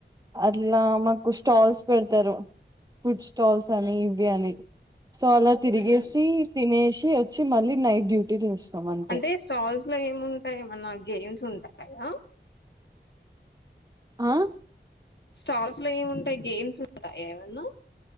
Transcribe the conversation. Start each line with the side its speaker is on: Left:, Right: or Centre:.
Right: అట్లా మాకు స్టాల్స్ పెడతారు ఫుడ్ స్టాల్స్ అని ఇవి అని సో అలా తిరిగేసి
Left: మ్హూ.
Right: తినేసి చ్చ మళ్ళీ నైట్ డ్యూటీ చేస్తాం అంతే.
Left: అంటే స్టాల్స్ లో ఏమి ఉంటాయ ఏమన్నా గేమ్స్ ఉంటాయి అయా
Right: ఆ
Left: స్టాల్స్ లో ఏముంటాయి గేమ్స్ ఉంటాయా ఏమన్నా